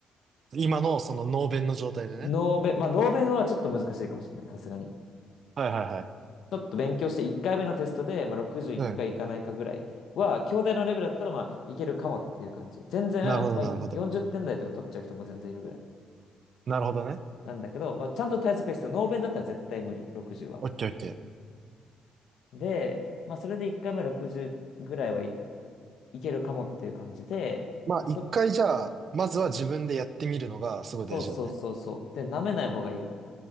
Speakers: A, on the right; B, on the left.
A: 今のその脳弁の状態でね。
B: ノーベまあ、ノーベンはちょっと難しいかもしれない。さすがに。
A: はいはいはい。
B: ちょっと勉強して、1回目のテストで、まあ、60いくかいかないかぐらいは、
A: うん。
B: 兄弟のレベルだったら、まあ、いけるかもっていう感じ。全然、
A: なるほど、
B: まあ、
A: なるほど。
B: 40点台とか取っちゃう人も全然いるぐらい。
A: なるほどね。
B: なんだけど、まあ、ちゃんと対策が必要。ノーベンだったら絶対無理、60は。
A: オッケーオッケー。
B: で、まあ、それで1回目60ぐらいはい、いけるかもっていう感じで、
A: まあ、
B: まあ、
A: 一回じゃあ、
B: そ、
A: まずは自分でやってみるのがすごい大事だね。
B: そうそうそうそう。で、舐めない方がいい。